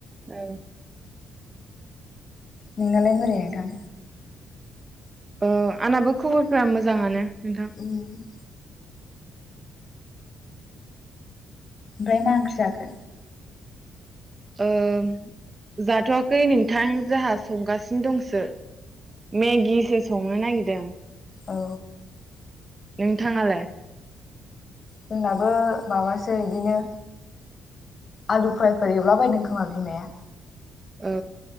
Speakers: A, on the right (about 25°); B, on the left (about 45°).
A: औ।
B: नोंनालाय बोरै नोंथां?
A: ओ आंनाबो खबरफोरा मोजाङानो। नोंथां
B: उ <inaudible> ओमफ्राय ना ओंख्रि जाखो?
A: ओ जाथ'वाखै नोंथां जाहा संगासिनो दंसो। मेगिसो संनो नागिरदों।
B: औ।
A: नोंथाङालाय?
B: जोंनाबो माबासो इदिनो आलु फ्रायफोर एवलाबायदों खोमा बिमाया।
A: औ।